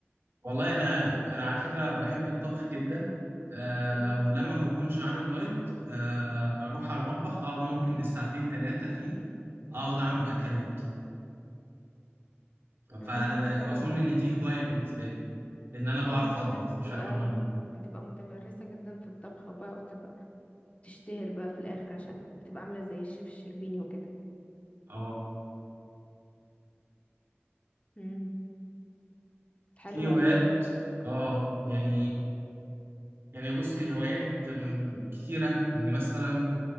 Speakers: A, on the right; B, on the left.
A: والله أنا أنا على فكرة بحب الطبخ جدا أه
B: امم
A: ولما ما بكونش عامل دايت أه بروح على المطبخ أقعد ممكن بالساعتين ثلاثة فيه أقعد أعمل أكلات
B: امم
A: فأنا ب-
B: حلو
A: أظن
B: ده
A: إن دي هواية بالنسبة لي إن أنا بعرف
B: اه في
A: أطبخ
B: ناس بتبقى
A: بشكل عمومي
B: بتبقى متمرسة جدا في الطبخ بقى وبتبقى بتشتهر بقى في الاخر عشان بتبقى عاملة زي الشيف الشربيني وكده
A: أو
B: امم حلو
A: في هوايات
B: قوي ده
A: اه يعني يعني بصي الهوايات أم، كتيرة يعني مثلا